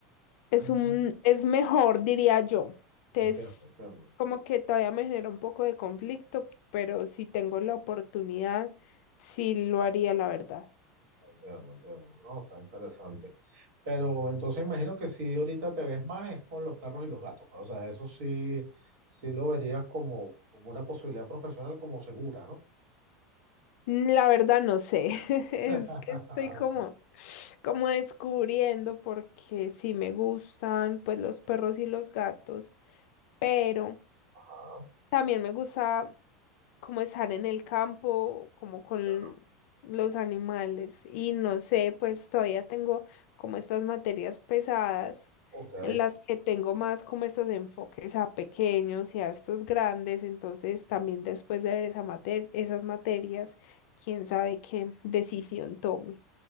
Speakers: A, on the left (about 65°); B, on the right (about 65°).
A: Es
B: Ujú,
A: un, es mejor, diría yo. Es
B: Entiendo, entiendo.
A: como que todavía me genera un poco de conflicto, pero si tengo la oportunidad, sí lo haría, la verdad.
B: Entiendo, entiendo. No, está interesante. Pero entonces imagino que si ahorita te ves más es con los perros y los gatos. pues, O sea, eso sí, sí lo verías como, como una posibilidad profesional como segura, ¿no?
A: Mm, La verdad no sé, <laughs> es
B: <laughs>
A: que estoy
B: Ah,
A: como,
B: bueno.
A: como descubriendo porque sí me gustan pues los perros y los gatos, pero
B: Ah,
A: también me gusta como estar en el campo, como con
B: ya.
A: los animales. Y no sé, pues todavía tengo como estas materias pesadas
B: ok,
A: en las que tengo más como estos enfoques a pequeños y a estos grandes. Entonces también después de ver esa mater- esas materias, quién sabe qué decisión tome.